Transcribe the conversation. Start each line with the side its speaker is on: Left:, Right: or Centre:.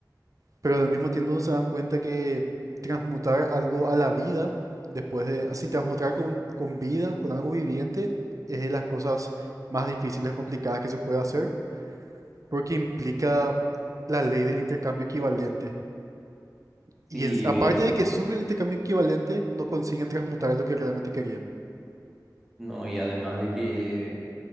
Right: pero al mismo tiempo no se dan cuenta que transmutar algo a la vida, después de, así transmutar con, con vida, con algo viviente, es de las cosas más difíciles, complicadas que se puede hacer, porque implica la ley del intercambio equivalente Y
Centre: Sí,
Right: en- aparte
Centre: es
Right: de que sufren intercambio equivalente, no consiguen transmutar lo que realmente querían.
Centre: No, y además de que